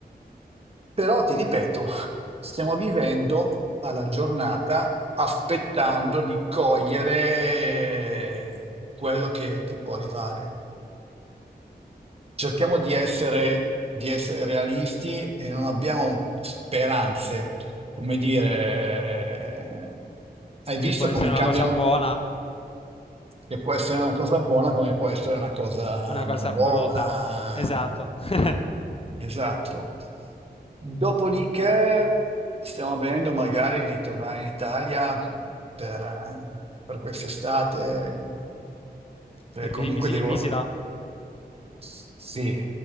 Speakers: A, on the right; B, on the left.
A: Però ti ripeto, stiamo vivendo alla giornata aspettando di cogliere quello che, che può arrivare. Cerchiamo di essere, di essere realisti e non abbiamo speranze. Come dire, eh, hai visto
B: Che può essere
A: come
B: una
A: cambiano?
B: cosa buona,
A: che può essere una cosa buona come può essere una cosa
B: una cosa
A: non buona.
B: brutta. Esatto. <laughs>
A: Esatto. Dopodiché stiamo vedendo magari di tornare in Italia per, eh, per quest'estate, perché
B: Per
A: comunque
B: vi- visi-
A: devo...
B: in visita
A: Sì, eh,